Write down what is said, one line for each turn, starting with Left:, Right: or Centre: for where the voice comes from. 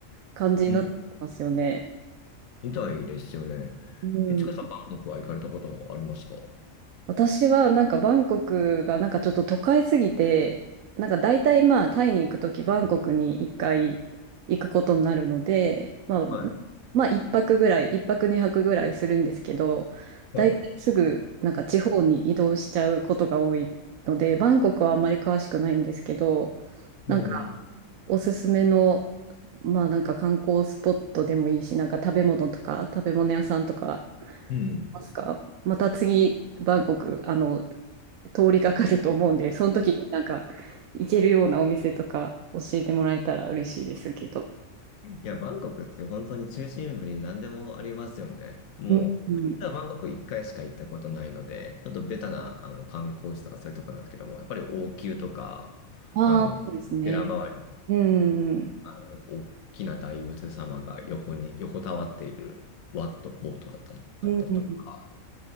Right: 感じになってますよね。
Left: うん。みたいですよね。
Right: うん
Left: え、ちかさん、バンコクは行かれたことありますか
Right: 私はなんかバンコクがなんかちょっと都会すぎて、なんか大体まあタイに行くときバンコクに一回行くことになるので、まあ、
Left: はい。
Right: まあ一泊ぐらい、一泊二泊ぐらいするんですけど、
Left: はい。
Right: 大体すぐなんか地方に移動しちゃうことが多いので、バンコクはあんまり詳しくないんですけど、なんか
Left: も
Right: おすすめの、まあなんか観光スポットでもいいし、なんか食べ物とか食べ物屋さんとか
Left: うん。
Right: ますかまた次、バンコク、あの、通りかかると思うんで、その時になんか、行けるようなお店とか教えてもらえたら嬉しいですけど。
Left: いや、バンコクって本当に中心部に何でもありますよね。もう、
Right: うん、うん。
Left: 僕実はバンコク1回しか行ったことないので、ちょっとベタなあの観光地とかそういうとこなんですけども、やっぱり王宮とか、
Right: ああ、
Left: あの、
Right: そうですね。
Left: 寺周り、
Right: うん、うん、
Left: あの、大きな大仏様が横に、横たわっているワット・ポートだっただったりとか、
Right: うん。うん